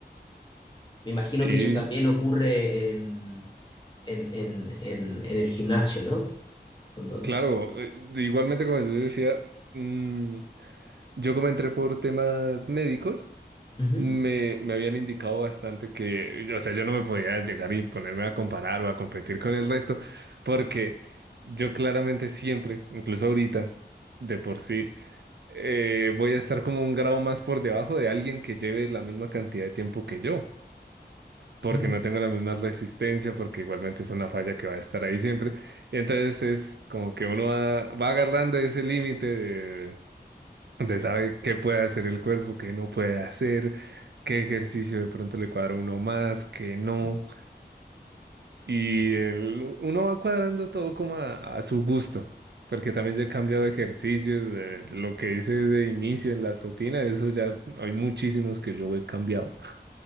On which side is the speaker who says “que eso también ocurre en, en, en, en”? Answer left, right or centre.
Left